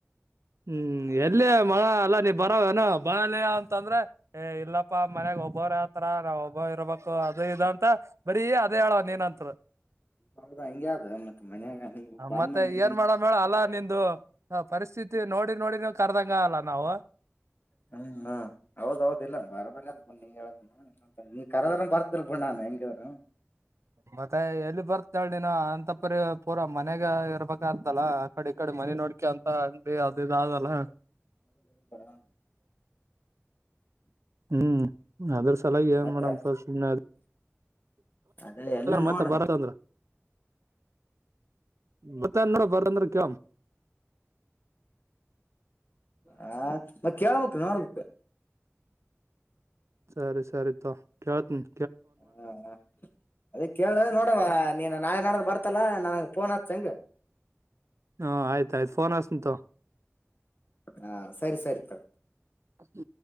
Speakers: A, on the right (about 70°); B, on the left (about 45°).
A: ಹ್ಮ್ ಎಲ್ಲಿಯ ಮಳ ಎಲ್ಲಾ ನೀವ್ ಬರೇಏನು ಬಾಂಡ್ಲಿಯ ಅಂತಂದ್ರೆ ಏ ಇಲ್ಲಪ್ಪಾ ಮನ್ಯಾಗ ಒಬ್ಬವರು ಯತರ ನಾವ್ ಒಬ್ಬರು ಇರ್ಬೇಕು ಅದು ಇ ಅಂತ ಬರೀ ಅದೇ ಹೇಳವ ನೀನಂತ
B: ಹೌದಾ ಹಂಗಗೆ ಅ ಆದ ಮತ್ತೆ ಮನ್ಯಾಗ ನೀವು ಬಂದ
A: ಮತ್ತೆ
B: ನೀ
A: ಏನ್ ಮಾಡಮ್ ಹೇಳ ಅಲ್ಲಾ ನಿಂದು ಪರಿಸ್ಥಿತಿ ನೋಡಿ ನೋಡಿ ನೀವು ಕರ್ದಂಗ ಅಲ್ಲ ನಾವು
B: ಹ್ಮ್ ಹಾ ಹೌದೌದಿಲ್ಲ ಬಾರ ಬಳ ಅದ್ ಬ ನೀ ಹೇಳ ನೀ ಕರದ್ರ ಬರ್ದರು ಬೂಣ್ಣಾನ್ ಹೆಂಗಿದ್ರು
A: ಮತ್ತೆ ಎಲ್ಲಿ ಬರ್ತಾಳ ನೀನು ಅಂತ ಪರಿ ಪೂರಾ ಮನೆಗ ಇರ್ಬೇಕ ಆತಲ್ಲ ಆ ಕಡೆ ಈ ಕಡೆ ಮನೆ ನೋಡ್ಕೆ ಅಂತ ಅಂಗಿ ಅದ ಇದಾಗಲ್ಲ <inaudible>
B: <unintelligible>
A: ಹ್ಮ್ ಅದ್ರ ಸಲಾಗಿ ಏನ್
B: ಮತ್ತೆ
A: ಮಾಡಂಪ ಸಿಮ
B: ಅದೇ ಎಲ್ಲ
A: ಮತ್ತೆ
B: ನೋಡ
A: ಬರತ್ ಅಂದ್ರ <unintelligible> ಮತ್ತ ನೋಡ ಬರಂದ್ರ ಕ್
B: ಹ ಮತ್ತ ಕೇಳಬೇಕಕ್ ನೋಡ್ಬೇಕ
A: ಸರಿ ಸರಿತ ಕೇಳ್ತೀನಿ
B: ಹ ಅದೇ ಕೇಳ ನೋಡವ ನೀನ್ ನಾಳೆ ನಡ್ದ ಬರ್ತಲ್ಲಾ ನನಗ್ ಫೋನ್ ಆತ ಚಂಗ
A: ಹಾ ಆಯ್ತ ಆಯ್ತ್ ಫೋನ್ ಹಚ್ತೀನಿ ತಗೋ
B: ಹಾ ಸರಿ ಸರಿ ತಗ
A: ಹ